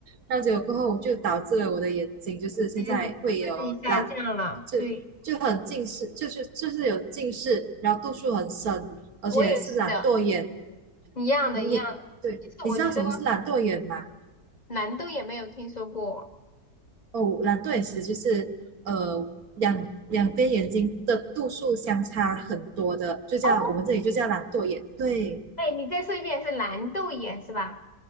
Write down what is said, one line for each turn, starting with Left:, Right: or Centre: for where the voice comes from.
Right: 然后结果过后就导致了我的眼睛就是现在会有懒，
Left: 其实你的视力下降了，
Right: 就就很近视，
Left: 对，
Right: 就是就是有近视，然后度数很深，而且是懒惰眼，
Left: 我也是的，一样的，
Right: 你对，
Left: 一样的。其实我觉得
Right: 你知道什么是懒惰眼吗？
Left: 蓝豆也没有听说过。
Right: 哦，懒惰眼其实就是呃两两边眼睛的度数相差很多的，就叫我们这里就叫懒惰眼。
Left: 哦，
Right: 对，
Left: 哎，你再说一遍，是蓝豆眼是吧？